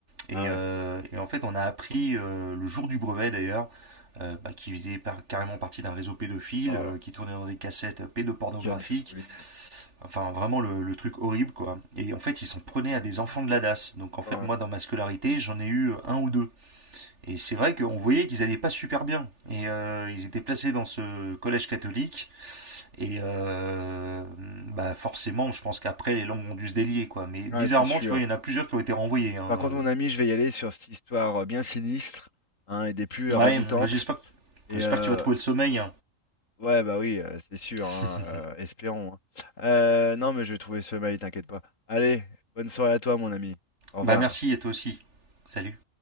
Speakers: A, on the right (about 55°); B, on the left (about 70°).
A: Et,
B: Ah
A: euh,
B: ouais.
A: et en fait, on a appris euh, le jour du brevet d'ailleurs, euh, bah, qui faisait par- carrément partie d'un réseau pédophile,
B: Oh là
A: euh,
B: là,
A: qui tournait dans des cassettes pédopornographiques,
B: quelle folie.
A: enfin vraiment le, le truc horrible quoi. Et en fait, ils s'en prenaient à des enfants de la DAS. Donc en fait,
B: Oh là
A: moi dans ma scolarité, j'en ai eu euh, un ou deux. Et c'est vrai qu'on voyait qu'ils allaient pas super bien. Et euh, ils étaient placés dans ce collège catholique. Et euh, bah forcément, je pense qu'après, les langues ont dû se délier quoi. Mais
B: là.
A: bizarrement,
B: Ouais, c'est sûr.
A: tu vois, il y en a plusieurs qui ont été renvoyés. hein.
B: Par contre, mon ami, je vais y aller sur cette histoire euh, bien sinistre hein, et des plus euh,
A: Ouais,
B: ragoûtantes.
A: moi, j'espère
B: Et
A: J'espère
B: euh,
A: que tu vas trouver le sommeil.
B: Ouais, bah oui, euh, c'est sûr,
A: <laughs>
B: hein, euh, espérons. hein. Euh, non, mais je vais trouver ce mail, t'inquiète pas. Allez, bonne soirée à toi, mon ami. Au revoir.
A: bah merci et toi aussi. Salut.